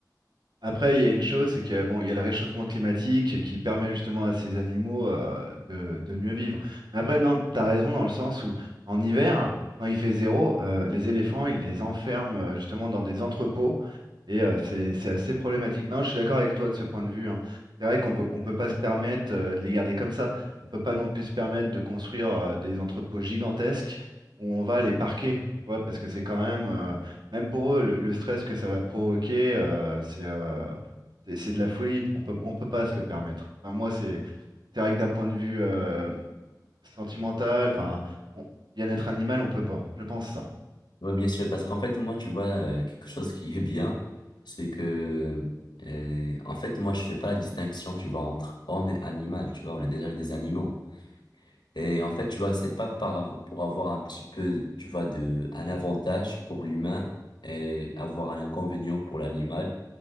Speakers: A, on the right (about 85°); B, on the left (about 85°).
A: Après, il y a une chose, c'est que bon, il y a le réchauffement climatique qui permet justement à ces animaux euh, de, de mieux vivre. Mais après, non, t'as raison dans le sens où en hiver, quand il fait zéro, euh, les éléphants, ils les enferment euh, justement dans des entrepôts et euh, c'est c'est assez problématique. Non, je suis d'accord avec toi de ce point de vue, hein. C'est vrai qu'on peut, on peut pas se permettre euh, de les garder comme ça. On peut pas non plus se permettre de construire euh, des entrepôts gigantesques où on va les parquer, tu vois, parce que c'est quand même euh, Même pour eux, le, le stress que ça va provoquer, euh, c'est euh, c'est c'est de la folie. On peut, on peut pas se le permettre. Enfin, moi, c'est c'est vrai que d'un point de vue euh, sentimental, enfin, on- bien-être animal, on peut pas. Je pense ça.
B: Oui, bien sûr, parce qu'en fait, moi, tu vois, euh, quelque chose qui est bien, c'est que, euh, en fait, moi, je fais pas la distinction, tu vois, entre homme et animal, tu vois, on est déjà des animaux. Et en fait, tu vois, c'est pas par, av- pour avoir un petit peu, tu vois, de, un avantage pour l'humain et avoir un inconvénient pour l'animal